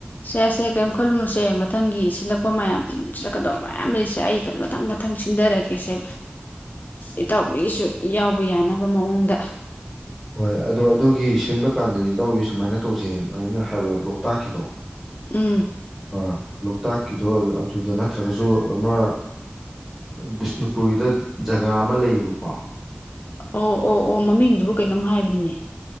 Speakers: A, on the left; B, in the centre.
A: ꯁꯦꯁꯦ ꯀꯔꯤꯝ ꯈꯜꯂꯨꯅꯨꯁꯦ ꯃꯊꯪꯒꯤ ꯁꯤꯜꯂꯛꯄ ꯃꯌꯥꯝ ꯁꯤꯜꯂꯛꯀꯗꯧꯕ ꯃꯌꯥꯝ ꯂꯩꯔꯤꯁꯦ ꯑꯩ ꯐꯖ ꯃꯊꯪ ꯃꯊꯪ ꯁꯤꯟꯊꯔꯦ ꯀꯩꯁꯦ ꯏꯇꯥꯎꯕꯤꯁꯨ ꯌꯥꯎꯕ ꯌꯥꯅꯕ ꯃꯑꯣꯡꯗ
B: ꯍꯣꯏ ꯑꯗꯣ ꯑꯗꯨꯒꯤ ꯁꯤꯟꯕ ꯀꯥꯟꯗꯗꯤ ꯇꯧꯏ ꯁꯨꯃꯥꯏꯅ ꯇꯧꯁꯦ ꯑꯩꯅ ꯍꯥꯏꯕ ꯂꯣꯛꯇꯥꯛꯀꯤꯗꯣ
A: ꯎꯝ
B: ꯑ ꯂꯣꯛꯇꯥꯛꯀꯤꯗꯣ ꯑꯗꯨꯗ ꯅꯠꯇ꯭ꯔꯒꯁꯨ ꯑꯃ ꯕꯤꯁꯅꯨꯄꯨꯔꯒꯤꯗ ꯖꯒꯥ ꯑꯃ ꯂꯩꯌꯦꯕꯀꯣ
A: ꯑꯣ ꯑꯣ ꯑꯣ ꯃꯃꯤꯡꯗꯨꯕꯨ ꯀꯩꯅꯣꯝ ꯍꯥꯏꯕꯅꯤꯅꯦ